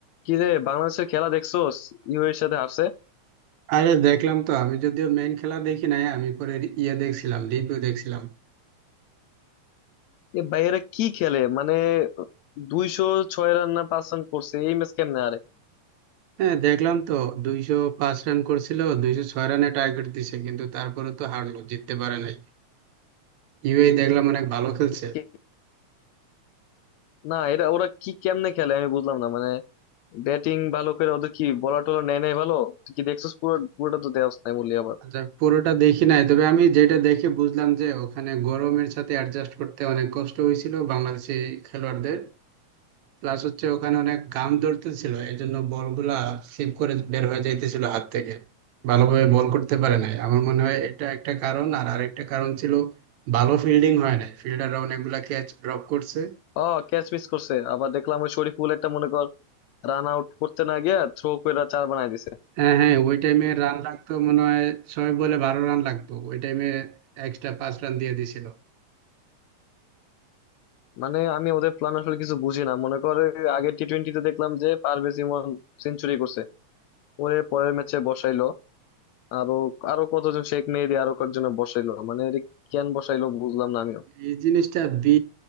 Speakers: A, on the left; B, on the right.
A: কি রে বাংলাদেশের খেলা দেখছোস ইউএর সাথে হারছে
B: আরে দেখলাম তো আমি যদিও মেইন খেলা দেখি নাই আমি পরে ইয়ে দেখছিলাম রিভিউ দেখছিলাম
A: এ ভাইয়েরা কি খেলে মানে দুইশো ছয় রান না পাঁচ রান করছে এই ম্যাচ কেমনে আরে
B: হ্যাঁ দেখলাম তো দুইশো পাঁচ রান করছিল দুইশো ছয় রানে টার্গেট দিছে কিন্তু তারপরে তো হারলো জিততে পারে নাই ইউএই দেখলাম অনেক ভালো খেলছে
A: কে- না এটা ওরা কি কেমনে খেলে আমি বুঝলাম না মানে ব্যাটিং ভালো করে ওদের কি বলা টলা নেয় নাই ভালো তুই কি দেখছিস পুরো পুরোটা তো দেওয়া নাই বললি আবার
B: আচ্ছা পুরোটা দেখি নাই তবে আমি যেটা দেখে বুঝলাম যে ওখানে গরমের সাথে অ্যাডজাস্ট করতে অনেক কষ্ট হয়েছিল বাংলাদেশি খেলোয়াড়দের প্লাস হচ্ছে ওখানে অনেক ঘাম ধরতেছিল এই জন্য বলগুলা স্লিপ করে বের হয়ে যাইতেছিল হাত থেকে ভালোভাবে বল করতে পারে নাই আমার মনে হয় এটা একটা কারণ আর আরেকটা কারণ ছিল ভালো ফিল্ডিং হয় নাই ফিল্ডাররা অনেকগুলা ক্যাচ ড্রপ করছে
A: ও ক্যাচ মিস করছে আবার দেখলাম ওই শরীফুল একটা মনে কর রান আউট করতে না গিয়ে থ্রো করে চার বানাই দিছে
B: হ্যাঁ হ্যাঁ ওই টাইমে রান লাগতো মনে হয় ছয় বলে বারো রান লাগতো ওই টাইমে এক্সট্রা পাঁচ রান দিয়ে দিছিল
A: মানে আমি ওদের প্ল্যান আসলে কিছু বুঝি না মনে কর আগের টি টোয়েন্টিতে দেখলাম যে পারভেজ ইমন সেঞ্চুরি করছে ওরে পরের ম্যাচে বসাইলো আরো আরো কতজন শেখ মেহেদী আরো কয়েকজন বসাইলো মানে এর কেন বসাইলো বুঝলাম না আমিও
B: এই জিনিসটা বি